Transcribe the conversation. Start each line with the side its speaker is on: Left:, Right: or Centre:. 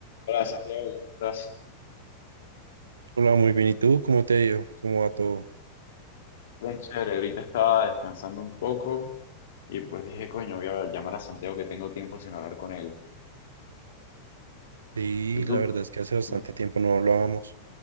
Left: Hola Santiago, ¿cómo estás?
Right: Hola, muy bien. ¿Y tú? ¿Cómo te ha ido? ¿Cómo va todo?
Left: Bien, chévere. Ahorita estaba descansando un poco y pues dije, coño, voy a llamar a Santiago que tengo tiempo sin hablar con él.
Right: Sí,
Left: ¿Y tú?
Right: la verdad
Left: <laughs>
Right: es que hace bastante
Left: No,
Right: tiempo no hablábamos.